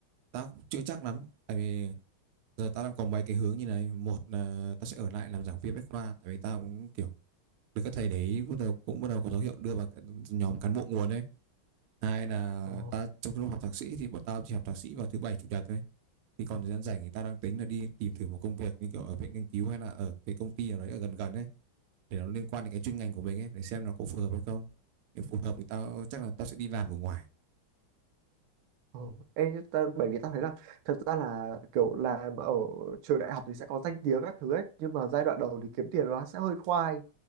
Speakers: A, on the right; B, on the right.
A: tao cũng chưa chắc lắm tại vì giờ tao đang có mấy cái hướng như này một là tao sẽ ở lại làm giảng viên Bách Khoa tại vì tao cũng kiểu được các thầy đấy bắt đầu cũng bắt đầu có dấu hiệu đưa vào cái nhóm cán bộ nguồn đấy hai là
B: ờ
A: ta trong lúc học thạc sĩ thì bọn tao chỉ học thạc sĩ vào thứ bảy chủ nhật thôi thì còn thời gian rảnh thì tao đang tính là đi tìm thử một công việc như kiểu ở viện nghiên cứu hay là ở cái công ty nào đấy ở gần gần ấy để nó liên quan đến cái chuyên ngành của mình ấy để xem nó có phù hợp hay không nếu phù hợp thì tao chắc là tao sẽ đi làm ở ngoài
B: Ồ, ê, ta, bởi vì ta thấy là thật ra là kiểu làm ở trường đại học thì sẽ có danh tiếng các thứ ấy nhưng mà giai đoạn đầu thì kiếm tiền nó sẽ hơi khoai